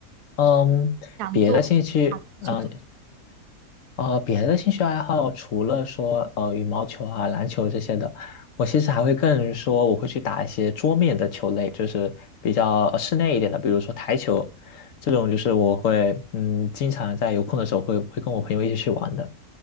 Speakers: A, on the left; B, on the right.
A: 嗯，别的兴趣，
B: 做
A: 嗯，
B: 去做
A: 呃，别的兴趣爱好除了说呃羽毛球啊、篮球这些的，我其实还会更说我会去打一些桌面的球类，就是比较呃室内一点的，比如说台球这种，就是我会嗯经常在有空的时候会会跟我朋友一起去玩的。